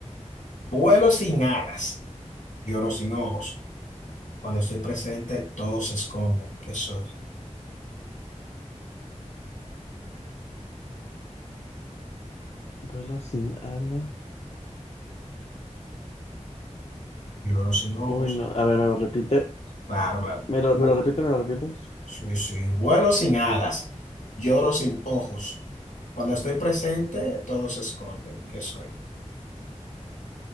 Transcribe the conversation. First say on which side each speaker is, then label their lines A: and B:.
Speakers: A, on the left (about 85°); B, on the left (about 55°).
A: vuelo sin alas, lloro sin ojos. Cuando estoy presente, todos se esconden. ¿Qué soy?
B: Vuelo sin alas.
A: Lloro sin ojos.
B: Uy, no, a ver, me lo repite,
A: Claro, claro.
B: me lo,
A: Bu-
B: me lo repite, me lo repites.
A: sí, sí. Vuelo sin alas, lloro sin ojos. Cuando estoy presente, todos se esconden. ¿Qué soy?